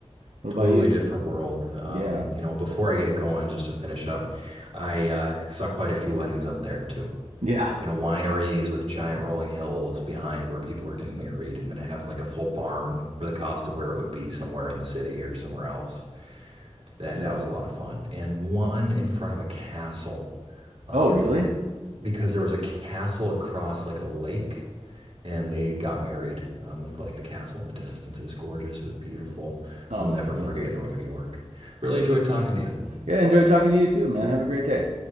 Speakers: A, on the right (about 80°); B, on the right (about 60°).
A: What
B: totally
A: about you?
B: different world. Um,
A: Yeah.
B: you know, before I get going, just to finish up, I uh, saw quite a few weddings up there too.
A: Yeah.
B: you know, wineries with giant rolling hills behind where people are getting married and then having like a full barn for the cost of where it would be somewhere in the city or somewhere else. That
A: Yeah.
B: that was a lot of fun. And one in front of a castle. Um,
A: Oh, really?
B: because there was a castle across like a lake and they got married um, with like the castle in the distance. It was gorgeous. It was beautiful.
A: Oh,
B: I'll never
A: that's cool.
B: forget Northern New York. Really enjoyed talking to you.
A: Yeah, enjoy talking to you too, man. Have a great day.